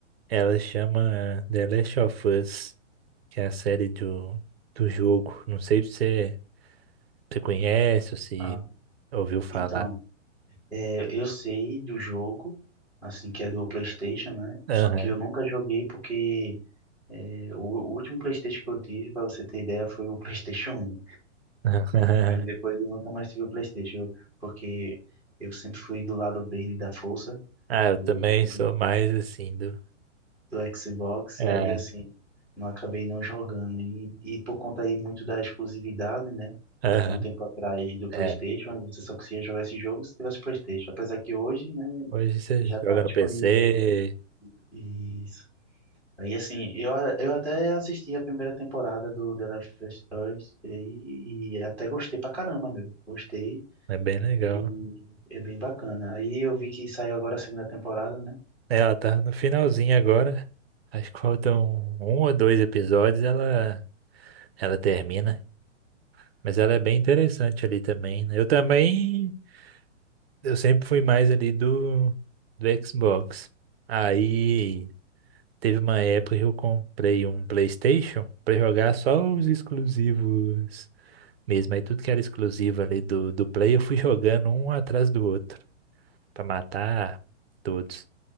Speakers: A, on the right; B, in the centre.
A: ela chama The Last of Us. que é a série do, do jogo. Não sei se você, você conhece ou se
B: Ah,
A: ouviu falar.
B: então, é, eu sei do jogo, assim, que é do PlayStation, né? Só
A: Aham.
B: que eu nunca joguei porque é, o, o último PlayStation que eu tive, pra você ter ideia, foi o <laughs> PlayStation um
A: <laughs>
B: Aí depois eu nunca mais tive o PlayStation, eu- porque eu sempre fui do lado verde da força.
A: Ah, eu
B: Eu
A: também
B: sempre
A: sou mais assim do.
B: do Xbox,
A: É,
B: e aí assim, não acabei não jogando. E, e por conta aí muito da exclusividade, né?
A: aham,
B: Até um tempo atrás do PlayStation,
A: é.
B: aí você só conseguia jogar esse jogo se tivesse PlayStation. Apesar que hoje, né,
A: Hoje você
B: já tá
A: joga
B: disponível
A: no PC,
B: aí. Isso. Aí assim, eu, a- eu até assisti a primeira temporada do The Last of Us e, e até gostei pra caramba, meu. Gostei
A: é bem legal.
B: e é bem bacana. Aí eu vi que saiu agora a segunda temporada, né?
A: É, Ela tá no finalzinho agora. Acho que faltam um ou dois episódios, ela, ela termina. Mas ela é bem interessante ali também. né? Eu também, eu sempre fui mais ali do, do Xbox. Aí Teve uma época que eu comprei um PlayStation pra jogar só os exclusivos mesmo. Aí tudo que era exclusivo ali do, do Play, eu fui jogando um atrás do outro pra matar todos.